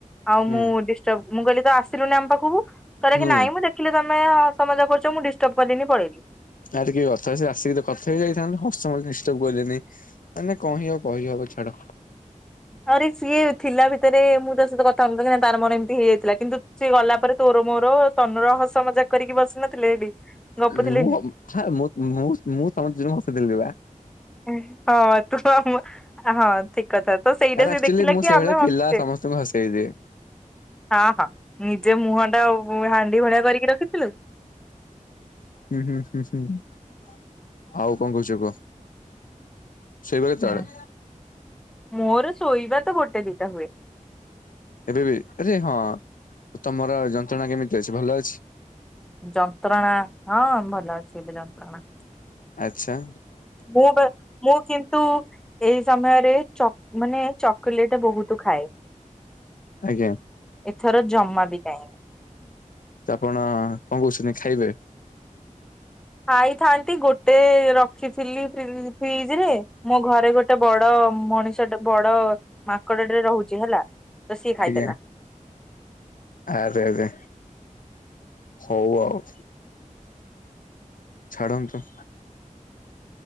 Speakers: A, in the centre; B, on the left.
A: ଆଉ ମୁଁ
B: ହୁଁ।
A: ଡିଷ୍ଟର୍ବ ମୁଁ କହିଲି ତ ଆସିଲୁନି ଆମ ପାଖକୁ। କର
B: ହୁଁ
A: କି ନାଇଁ ମୁଁ ଦେଖିଲି ତମେ ହସ ମଜା କରୁଛ ମୁଁ ଡିଷ୍ଟର୍ବ <unintelligible>
B: ଆରେିକଏ କଥା ସେ ଆସିକି କଥା ହେଇ ଯାଇଥାନ୍ତ ହସ ନିଶ୍ଚକୁ ଗଲେନି। ମାନେ କଣ ହି ଆଉ କହିହବ ଛାଡ।
A: ଆରେ ସିଏ ଥିଲା ଭିତରେ ମୁଁ ତା ସହିତ କଥା ହୁଏନା ନା ତାର ମନ ଏମିତି ହେଇଯାଇଥିଲା କିନ୍ତୁ ସିଏ ଗଲା ପରେ ତୋର ମୋର ତନ ରହସ ମଜାକ କରିକି ବସି ନଥିଲେ ଏଠି ଗପୁଥିଲେନି।
B: <unintelligible> ମୁଁ ସମସ୍ତେ ହସିଥିଲି ବା
A: ହ ତୁ ଆଉ ମୁଁ ହଁ ଠିକ କଥା ତ ସେଇଟା
B: ଆରେ
A: ସେ
B: ଆକ୍ଚୁଆଲି
A: ଦେଖିଲା
B: ମୁଁ
A: କି
B: ସେଇଭଳିଆ
A: ଆମେ ହସୁଛେ।
B: ପିଲା ସମସ୍ତଙ୍କୁ ହସେଇଦିଏ।
A: ହଁ ହଁ ନିଜେ ମୁହଁ ଟା ହାଣ୍ଡି ଭଳିଆ କରିକି ରଖିଥିଲୁ।
B: ହୁଁ ହୁଁ ହୁଁ ହୁଁ ଆଉ କଣ କହୁଛ କୁହ ଶୋଇବ କେତେବେଳେ?
A: ହୁଁ। ମୋର ଶୋଇବା ତ ଗୋଟେ ଦିଇଟା ହୁଏ।
B: ଏବେ ବି ଆରେ ହଁ ତମର ଯନ୍ତ୍ରଣା କେମିତି ଅଛି ଭଲ ଅଛି।
A: ଯନ୍ତ୍ରଣା ହଁ ଭଲ ଅଛି ଏବେ ଯନ୍ତ୍ରଣା।
B: ଆଛା।
A: ମୁଁ ମୁଁ କିନ୍ତୁ ଏଇ ସମୟରେ ଚକ ମାନେ ଚକୋଲେଟ ବହୁତ ଖାଏ
B: ଆଜ୍ଞା
A: ଏଥର ଜମା ବି ନାହିଁ
B: ତ ଆପଣ କଣ କହୁଛନ୍ତି ଖାଇବେ
A: ଖାଇଥାନ୍ତି ଗୋଟେ ରଖିଥିଲି ଫ୍ରିଜ ରେ ମୋ ଘରେ ଗୋଟେ ବଡ ମଣିଷ ଟ ବଡ ମାଙ୍କଡ ଟେ ରହୁଛି ହେଲା ତ ସିଏ ଖାଇଦେଲା।
B: ଆଜ୍ଞା ଆରେ ଆରେ ହଉ ଆଉ ଛାଡ଼ନ୍ତୁ